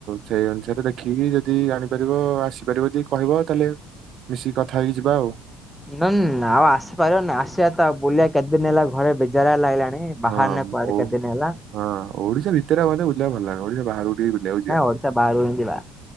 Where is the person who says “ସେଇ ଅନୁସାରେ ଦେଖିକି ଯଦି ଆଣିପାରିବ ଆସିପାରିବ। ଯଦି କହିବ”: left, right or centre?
Right